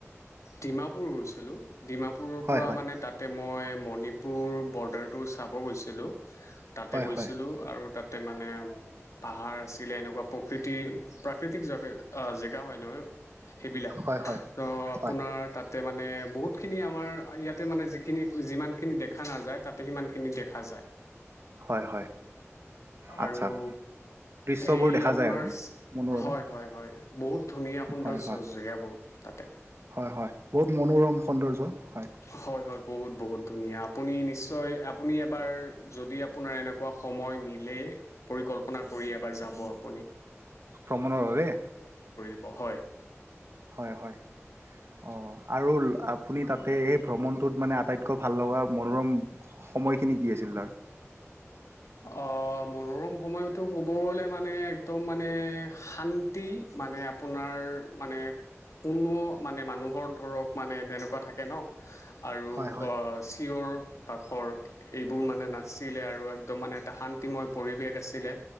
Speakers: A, on the left (about 80°); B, on the right (about 60°).
A: ডিমাপুৰ গৈছিলোঁ ডিমাপুৰৰ
B: হয়
A: পৰা
B: হয়
A: মানে তাতে মই মণিপুৰ বৰ্ডাৰটো চাব গৈছিলোঁ তাতে
B: হয়
A: গৈছিলোঁ
B: হয়
A: আৰু তাতে মানে পাহাৰ আছিলে এনেকুৱা প্ৰকৃতিৰ প্ৰাকৃতিক জগা জেগা হয় নহয় সেইবিলাক
B: হয় হয়
A: ত আপোনাৰ
B: হয়
A: তাতে মা মানে বহুতখিনি আমাৰ ইয়াতে মানে যিখিনি যিমানখিনি দেখা নাযায় তাতে সিমানখিনি দেখা যায়
B: হয় হয় আচ্ছা
A: আৰু
B: দৃশ্যবোৰ
A: হেই
B: দেখা
A: আপোনাৰ
B: যায় আৰু
A: চি
B: মনোৰমা
A: হয় হয় হয় বহুত ধুনীয়া সুন্দৰ
B: হয় হয়
A: জ জেগাবোৰ তাতে
B: হয় হয় বহুত মনোৰম সৌন্দৰ্য হয়
A: হয় হয় বহুত বহুত ধুনীয়া আপুনি নিশ্চয় আপুনি এবাৰ যদি আপোনাৰ এনেকুৱা সময় সময় মিলে পৰিকল্পনা কৰি এবাৰ যাব আপুনি
B: ক্ৰমণৰ বাবে
A: স হয়
B: হয় হয় অঁ আৰু আপুনি তাতে এই ভ্ৰমণটোত মানে আটাইতকৈ ভাল লগা মনোৰম সময়খিনি কি আছিল তাৰ
A: অ মনোৰম সময়তো ক'ব গলে মানে একদম মানে শান্তি মানে আপোনাৰ মানে কোনো মানে মানুহৰ ধৰক মানে যেনেকুৱা থাকে ন আৰু
B: হয় হয়
A: চিঞৰ আ পাখৰ এইবোৰ মানে নাছিলে আৰুএক ত মানে এটা শান্তিময় পৰিৱেশ আছিলে